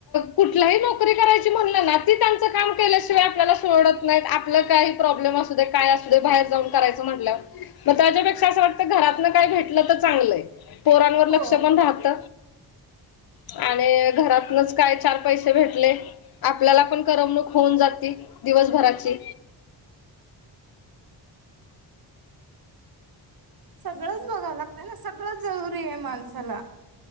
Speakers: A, on the left (about 55°); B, on the right (about 50°).
A: कुठलाही नोकरी करायची... ती म्हणटल ना ती त्यांच, काम केल्याशिवाय आपल्याला सोडत नाही आपल काही प्रॉब्लेम... मग काय असुदे बाहेर जाऊन करायचं म्हटल्यावर. मग त्याच्यापेक्षा असं वाटतं घरातन काय भेटलं तर चांगलंय. पोरांवर लक्ष
B: हो
A: पण राहत आणि घरात... रोज काय चार पैसे भेटले आपल्याला पण करमणूक होऊन जाते दिवसभराची.
B: सगळंच बघावं लागतं ना सगळं जरुरी आहे माणसाला.